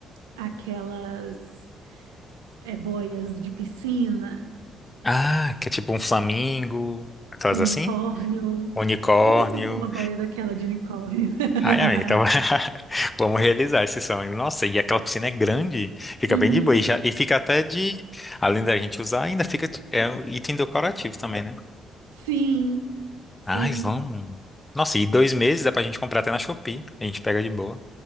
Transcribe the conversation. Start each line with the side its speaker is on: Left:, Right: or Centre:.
Right: aquelas eh, boias de piscina,
Left: Ah, que é tipo um flamingo. Aquelas
Right: um unicórnio?
Left: assim? Unicórnio.
Right: Sempre quis uma boia daquela de unicórnio. <laughs>
Left: Ai, amém. Então, <laughs> vamos realizar esse sonho. Nossa, e aquela piscina é grande. Fica
Right: Uhum.
Left: bem de boa. E, já- e fica até de. Além da gente usar, ainda fica. É um item decorativo também, né?
Right: Sim, sim,
Left: Ai, vamos. Nossa, e dois meses dá pra gente comprar até na Shopee. A gente pega de boa.